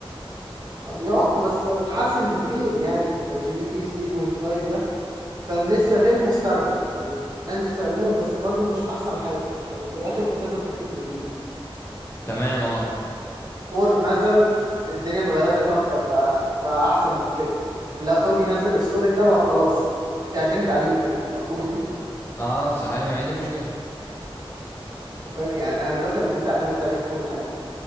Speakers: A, on the right; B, on the left.
A: آه، بيعك بس اتحسن بكتير يعني جي بي تي 3.5 ده كان لسه غير مستخدم يعني الناس بتستخدمه بس برضه مش احسن حاجة يعني في الاخر كنت انت بتكتب من ايدك
B: تمام اه
A: فور نزل الدنيا اتغيرت اكتر بقى بقى احسن من كده كلاودي نزل السونيت ده بقى خلاص بتعتمد عليه على طول
B: اه صحيح ما هي دي مشكلة
A: <laughs> فاهم يعني انا دلوقتي انا بقيت اعتمد عليه في كل حاجه